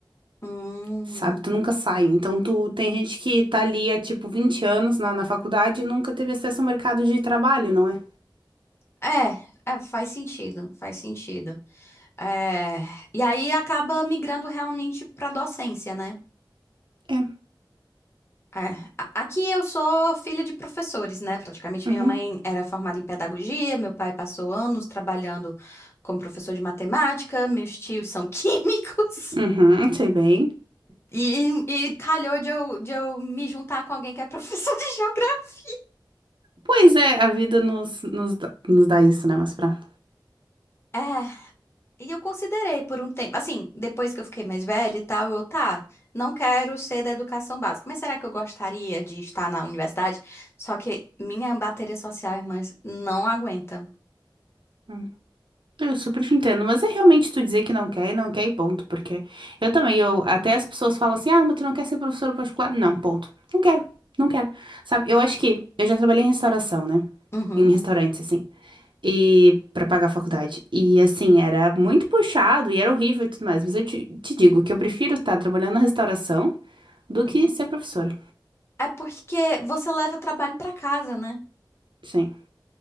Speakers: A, on the left; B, on the right.
A: Hum.
B: sabe? Tu nunca sai. Então, tu tem gente que tá ali há, tipo, 20 anos na, na faculdade e nunca teve acesso ao mercado de trabalho, não é?
A: É, é, faz sentido, faz sentido. É, e aí acaba migrando realmente para docência, né?
B: É.
A: É, a- aqui eu sou filha de professores, né? Praticamente
B: Uhum.
A: minha mãe era formada em pedagogia, meu pai passou anos trabalhando como professor de matemática, meus tios são <laughs> químicos.
B: Uhum, sei bem.
A: E, e- e calhou de eu, de eu me juntar com alguém que é professor de <laughs> geografia.
B: Pois é, a vida nos, nos, dá- nos dá isso, né, mas pra
A: É, e eu considerei por um tempo, assim, depois que eu fiquei mais velha e tal, eu, tá, não quero ser da educação básica, mas será que eu gostaria de estar na universidade? Só que minha bateria social, irmãs, não aguenta.
B: Hum, Eu super te entendo, mas é realmente tu dizer que não quer e não quer e ponto, porque eu também, eu até as pessoas falam assim, ah, mas tu não quer ser professora particular? Não, ponto. Não quero, não quero. Sabe, eu acho que eu já trabalhei em restauração, né?
A: Uhum.
B: Em restaurantes, assim, e pra pagar a faculdade. E assim, era muito puxado e era horrível e tudo mais, mas eu te, te digo que eu prefiro estar trabalhando na restauração do que
A: uhum.
B: ser professora.
A: É porque você leva o trabalho para casa, né?
B: Sim.